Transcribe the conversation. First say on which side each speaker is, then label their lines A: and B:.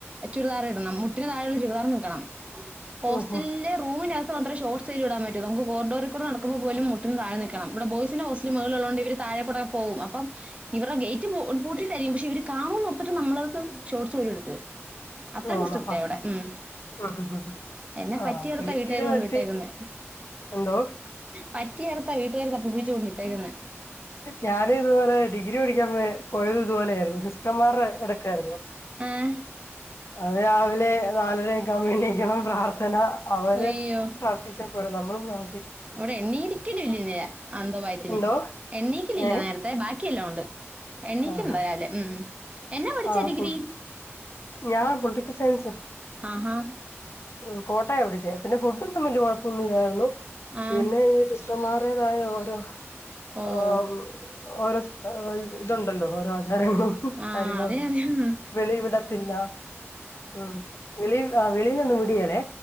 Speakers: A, on the right; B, on the left.
A: ചുരിദാർ ഇടണം മുട്ടിന് താഴെയുള്ള ചുരിദാറി നിൽക്കണം ഹോസ്റ്റലിലെ
B: ഓഹോ
A: റൂമിനകത്ത് മാത്രേ ശോട്സ് സേലും ഇടാൻ പറ്റൂ നമുക്ക് കോറിഡോറിക്കൂടെ നടക്കുമ്പ പോലും മുട്ടിന് താഴെ നിക്കണം ഇവിടെ ബോയിസിന്റെ ഹോസ്റ്റൽ മേളിളുള്ളോണ്ട് ഇവര് താഴെക്കൂടൊക്കെ പോവും അപ്പം ഇവര്ടെ ഗേറ്റ് പൂട്ടിട്ടായിരിക്കും പക്ഷെ ഇവർ കാണോന്നോർത്തിട്ട് നമ്മളട്ത്ത് ഷോർട്ട് സ് <unintelligible> അത്രയ്ക്ക്
B: ആണോ
A: സ്ട്രിക്ടാ
B: ആഹ്
A: ഇവിടെ ഉം
B: ആഹ്
A: എന്നെ
B: ആഹ്
A: പറ്റിയെടുത്ത
B: സേഫ്റ്റിയുടെ
A: വീട്ടുകാര് കൊണ്ട്
B: കാര്യത്തിൽ
A: ഇട്ടേക്കുന്ന
B: എന്തോ
A: പറ്റിയിടത്താ വീട്ടുകാര് തപ്പി പിടിച്ചു കൊണ്ടിട്ടേക്കുന്നെ
B: ഞാനും ഇതുപോലെ ഡിഗ്രി പഠിക്കാൻ പോയ പോയതും ഇതുപോലെ ആയിരുന്നു. സിസ്റ്റർമാരുടെ ഇടക്കായിരുന്നു
A: ആഹ്
B: അതി രാവിലെ നാലരയൊക്കെ ആവുമ്പോ എണീക്കണം പ്രാർത്ഥന അവര്
A: ഒയ്യോ
B: പ്രാർത്ഥിച്ച വര് നമ്മളും പ്രാ
A: ഇവിടെ എണ്ണീയിരിക്കലും ഇല്ലാ ഞാൻ അന്തഭയത്തിന്
B: എന്തോ
A: എണ്ണീക്കലില്ല
B: ഏഹ്
A: നേരത്തെ ബാക്കിയെല്ലാം ഉണ്ട് എണ്ണീക്കണ്ട
B: ആഹ്
A: രാവിലെ ഉം ഉം എന്നാ പഠിച്ചേ
B: ആഹ്
A: ഡിഗ്രി
B: ഫുഡ് ഞാൻ പൊളിറ്റിക്കൽ സയൻസ്
A: ആഹാ
B: ഉം കോട്ടയാ പഠിച്ചേ പിന്നെ ഫുഡൊന്നും വലിയ കൊഴപ്പൊന്നുല്ലായിരുന്നു
A: ആഹ്
B: പിന്നെ ഈ സിസ് റ്റർ മാരുടേതായ ഓരോ
A: ഓഹ്
B: ആഹ് ഓരോ ഏഹ് ഇതുണ്ടല്ലോ ഓരോ ആചാരങ്ങളും
A: ആഹ്
B: കാര്യങ്ങളൊക്കെ
A: അറിയാ അറിയാ
B: വെളിവിട ത്തില്ല ഉം വെളി ആഹ് വെളീന്നൊന്നും വിടിയേലേ